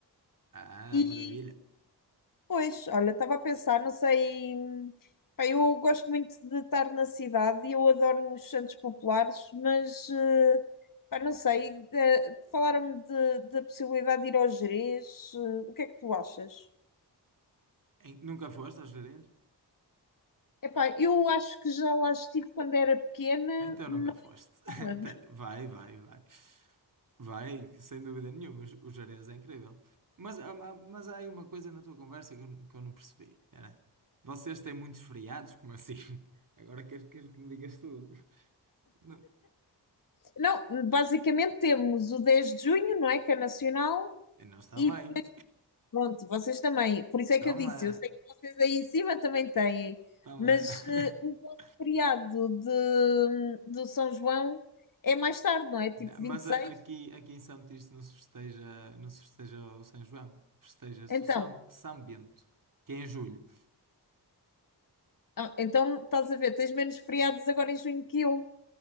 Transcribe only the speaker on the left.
E
Pois, olha, estava a pensar, não sei. hum, pá, eu gosto muito de estar na cidade e eu adoro os santos populares, mas eh, pá, não sei. eh, Falaram-me de- da possibilidade de ir ao Gerês. eh, O que é que tu achas?
Epá, eu acho que já lá estive quando era pequena,
mas
não
me lembro.
Não, basicamente temos o 10 de junho, não é? Que é nacional,
e Pronto, vocês também. Por isso é
que eu disse, eu sei que vocês aí em cima também têm,
mas
eh, o vosso feriado de, do São João é mais tarde, não é? Tipo
26?
Então,
ah, então estás a ver, tens menos feriados agora em junho que eu.